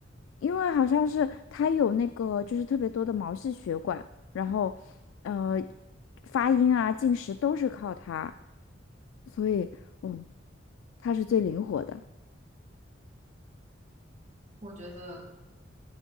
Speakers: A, on the left; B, on the right.
A: 因为好像是它有那个就是特别多的毛细血管，然后呃发音啊、进食都是靠它，所以嗯，它是最灵活的。
B: 我觉得